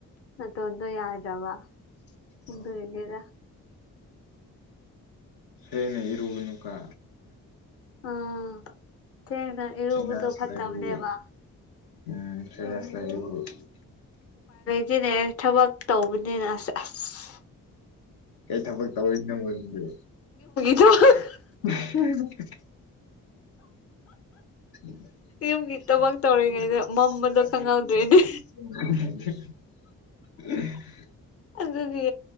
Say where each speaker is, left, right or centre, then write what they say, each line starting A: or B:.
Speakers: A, on the left (about 40°); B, on the left (about 70°).
A: ꯅꯥꯇꫭꯟꯗꫭ ꯌꯥꯗ꯭ꯔꯕ ꯑꯗꯨꯏꯅꯤꯗ
B: ꯑꯣ ꯐꯩꯌꯦꯅꯦ ꯏꯔꯨꯕꯅꯨ ꯀ
A: ꯑꯥ ꯊꯦꯡꯅ ꯏꯔꯨꯕꯗꯣ
B: ꯆꯤꯅꯁ
A: ꯐꯠꯇꯕꯅꯦꯕ
B: ꯂꯩꯕꯒꯤ ꯎꯝ ꯁꯥꯏꯅꯁ ꯂꯩꯕꯒꯤ
A: ꯁꯤꯅꯦ ꯊꯕꯛ ꯇꯧꯕꯅꯤꯅ ꯑꯁ ꯑꯁ
B: ꯀꯩ ꯊꯕꯛ ꯇꯧꯔꯤꯅꫭꯕ ꯑꯗꯨꯗꯤ
A: <inaudible>
B: <inaudible> <inaudible>
A: ꯌꯨꯝꯒꯤ ꯊꯕꯛ ꯇꯧꯔꯤꯉꯩꯗ ꯃꯝꯕꯗꯣ ꯈꯪꯍꯧꯗ꯭ꯔꯦꯅꯦ
B: <inaudible>
A: ꯑꯗꯨꯒꯤ